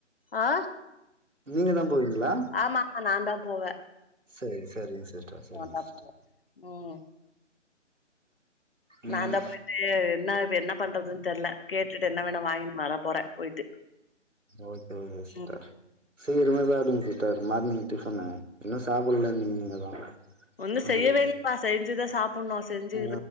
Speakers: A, on the left (about 50°); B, on the right (about 80°).
A: ஆ
B: நீங்க தா போவீங்களா
A: ஆமா நாந்தா போவே
B: சரி சரிங்க சிஸ்டர் சரிங்க
A: நா தா
B: சிஸ்டர்
A: போவே ம்
B: ம்
A: நாந்தா போயிட்டு என்ன இ என்ன பண்றதுன்னு தெரியல கேட்டுட்டு என்ன வேணா வாங்கினு வர போறே போயிட்டு
B: ஒகே ஒ சீஸ்டர்
A: ம்
B: சீக்கரமே சாப்படுங்க சீட்டர் மார்னிக் டிபின்னு இன்னு சாப்டல நீ நீங்கதா
A: ஒன்னு செய்யவே
B: அது
A: இல்லப்பா செஞ்சுதா சாப்பணு செஞ்சு
B: ஆ